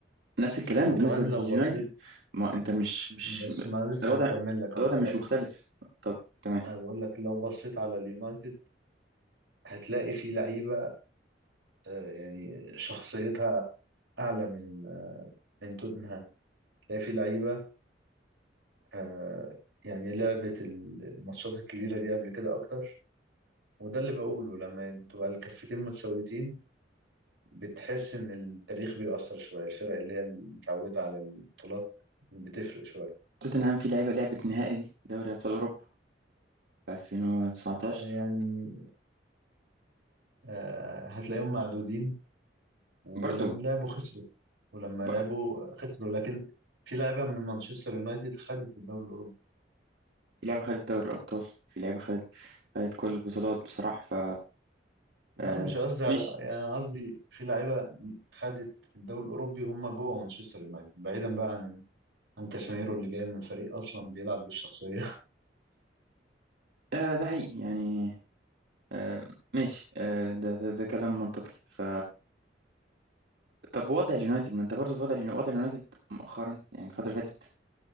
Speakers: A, on the right; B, on the right.
A: نفس الكلام
B: وكمان
A: بالنسبة لليونايتد
B: لو بصيت
A: ما انت مش مش
B: بس ما لسه
A: الوضع
B: هكمل لك اهو
A: الوضع
B: لو
A: مش مختلف طب تمام
B: أنا بقول لك لو بصيت على اليونايتد هتلاقي في لعيبة آه، يعني شخصيتها أعلى من آه، من توتنهام هتلاقي في لعيبة آه، يعني لعبت الماتشات الكبيرة دي قبل كده أكتر وده اللي بقوله لما تبقى الكفتين متساويتين بتحس ان التاريخ بيأثر شوية الفرق اللي هي متعودة على البطولات بتفرق شوية
A: توتنهام في لعبة لعبة نهائي دي دوري أبطال أوروبا في 2019
B: آه، يعني آه، هتلاقيهم معدودين ولما
A: برضو
B: لعبوا خسروا ولما
A: ب-
B: لعبوا خسروا لكن في لعيبة من مانشستر يونايتد خدت الدوري الأوروبي
A: في لعبة خدت دوري الأبطال في لعبة خدت خدت كل البطولات بصراحة ف
B: لا
A: آه،
B: مش قصدي على
A: ماشي
B: يعني قصدي في لعيبة خدت الدوري الأوروبي وهم جوه مانشستر يونايتد بعيدا بقى عن عن كاسيميرو اللي جاي من فريق أصلا بيلعب بالشخصية
A: آه ده حقيقي يعني آه ماشي آه ده, ده ده كلام منطقي ف طب وضع اليونايتد ما انت برضو في وضع اليونايتد وضع اليونايتد مؤخرا يعني الفترة اللي فاتت